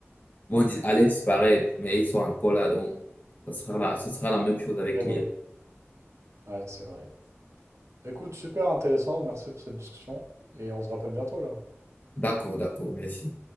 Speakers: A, on the left (about 40°); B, on the right (about 80°).
A: vont, dis- allaient disparaître, mais ils sont encore là. Donc, ce sera la, ce sera la même chose avec
B: C'est vrai.
A: l'IA.
B: Ouais, c'est vrai. Écoute, super intéressant. Merci pour cette discussion et on se rappelle bientôt là.
A: D'accord, d'accord, merci.